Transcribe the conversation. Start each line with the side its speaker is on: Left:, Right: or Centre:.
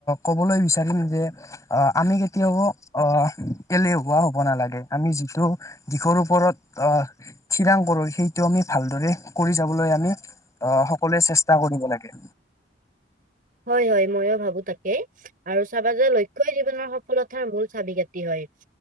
Left: কবলৈ বিচাৰিম যে আহ আমি কেতিয়াও আহ এলেহুৱা হ'ব নালাগে আমি যিটো দিশৰ ওপৰত আহ থিৰাং কৰোঁ সেইটো আমি ভালদৰে কৰি যাবলৈ আমি আহ সকলোৱে চেষ্টা কৰিব লাগে।
Right: হয়, হয়, ময়ো ভাবো তাকে। আৰু চাব যে লক্ষ্য়ই জীৱনৰ সফলতাৰ মূল চাবি কাটি হয়